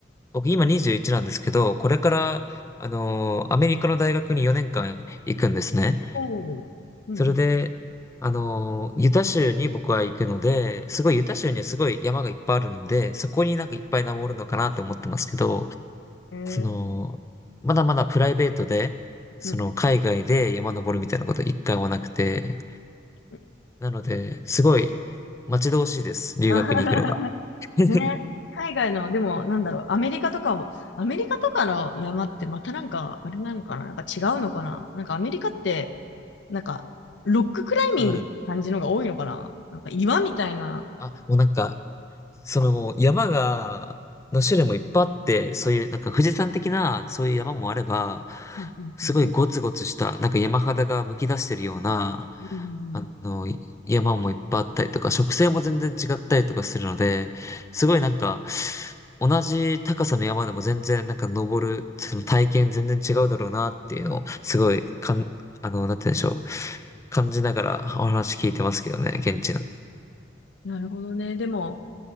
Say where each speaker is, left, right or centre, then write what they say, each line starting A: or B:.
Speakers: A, on the left (about 15°); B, on the left (about 70°).
A: 僕今21なんですけど、これから、あのーアメリカの大学に4年間行くんですね。
B: おおー。うんう
A: それで、あのーユタ州に僕は行くので、すごいユタ州にはすごい山がいっぱいあるので、そこになんかいっぱい登るのかなって思ってますけど、
B: ん。
A: その、
B: えー、
A: まだまだプライベートで、その海外で山登るみたいなこと一回もなくて、
B: うんうん。
A: なので、すごい待ち遠しいです、留学に行くのが。
B: あ
A: <laughs>
B: ね、海外の、でも、なんだろう、アメリカとかも、アメリカとかの山ってまたなんか、あれなのかななんか違うのかななんかアメリカって、なんか、ロッククライミングって感じのが多いのかななんか岩みたいな。
A: はい。あ、もうなんか、そのもう山が、の種類もいっぱいあって、そういうなんか富士山的なそういう山もあれば、
B: うんうんうん
A: すごいゴツゴツしたなんか山肌がむき出してるような、
B: うんうんうん
A: あの、山もいっぱいあったりとか、植生も全然違ったりとかするので、すごいなんか、同じ高さの山でも全然なんか登る、その体験全然違うだろうなっていうのを、すごいかん、あの、なんて言うんでしょう。感じながらお話聞いてますけどね、現地の。
B: なるほどね。でも、